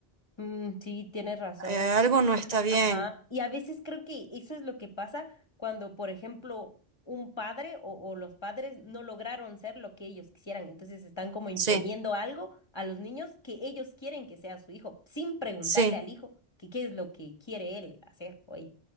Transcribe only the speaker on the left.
Mm, sí, tienes razón.
Y,
y
a-
ajá. Y a veces creo que eso es lo que pasa cuando, por ejemplo, un padre o, o los padres no lograron ser lo que ellos quisieran. Entonces están como imponiendo
algo a los niños que ellos quieren que sea su hijo, sin preguntarle
al hijo que qué es lo que quiere él hacer o ella.